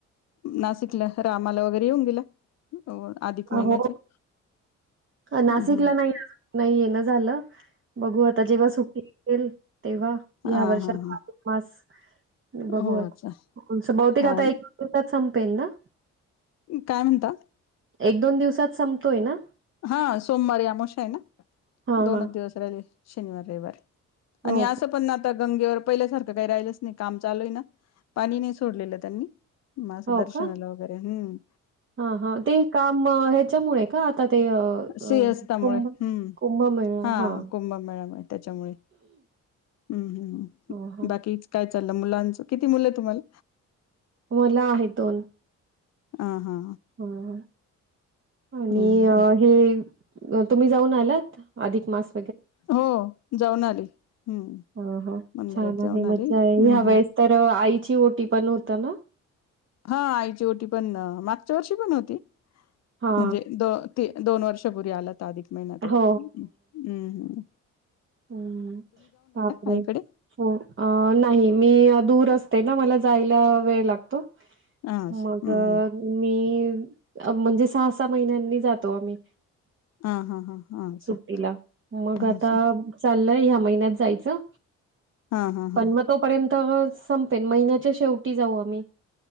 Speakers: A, on the left (about 60°); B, on the right (about 40°).
A: नाशिकला रामाला वगैरे येऊन गेला अधिक
B: हो
A: महिन्याचा
B: नाशिकला
A: हम् हम्
B: नाही अजून नाही येणं झालं. बघू आता जेव्हा सुट्टी असेल तेव्हा ह्या
A: हा
B: वर्षात्त
A: हा हा
B: मास बघूत
A: हो अच्छा
B: बहुतेक
A: हा
B: आता एकात संपेन ना
A: काय म्हणता
B: एक दोन दिवसात संपतोय ना
A: हा सोमवार यामोश आहे ना
B: हां,
A: दोनच
B: हां.
A: दिवस राहिले शनिवार रविवार
B: हो
A: आणि असं
B: का?
A: पण आता गंगेवर पहिल्यासारखं काही राहिलंच नाही काम चालू आहे ना पाणी नाही सोडलेलं त्यांनी माझं
B: हो
A: दर्शनाला
B: का?
A: वगैरे हम्
B: हां, हां. ते काम अ, ह्याच्यामुळे का आता ते अ, अ,
A: स्रीहस्ताामुळे
B: कुंभ
A: हम्म
B: कुंभमेळा
A: हा
B: हां.
A: कुंभमेळामुळे त्याच्यामुळे हम्म हम्
B: हां, हां.
A: बाकीच काय चाललं मुलांच किती मुलं आहे तुम्हाला
B: मला आहे दोन
A: ह हा
B: हा आणि
A: ह
B: अ हे तुम्ही जाऊन आलात अधिक मास
A: हो जाऊन आली हम्म
B: हो हो
A: मंदिरात
B: छान
A: जाऊन
B: आहे
A: आली
B: मज्जा
A: हम्म
B: आहे ह्या
A: हम्म
B: वेळेस तर आई ची ओटी पण होता ना
A: हा आईची ओटी पण मागच्या वर्षी पण होती
B: हा
A: म्हणजे द ते दोन वर्षपूर्री आला तर अधिक महिन्यातवर
B: हो
A: हम्म्
B: प
A: आईकडे
B: हो नाही मी द ना मला जायला वेळ लागतो
A: हा हम्
B: मग
A: हम्
B: मी म्हणजे सहा सहा महिन्यांनी जातो आम्ही
A: हा हा हा हा असं
B: सुट्टीला मग
A: हा
B: आता
A: असं
B: चाललय ह्या महिन्यात जायचं
A: हा हा
B: पण
A: हा
B: मग तोपर्यंत संपेन महिन्याच्या शेवटी जाऊ आम्ही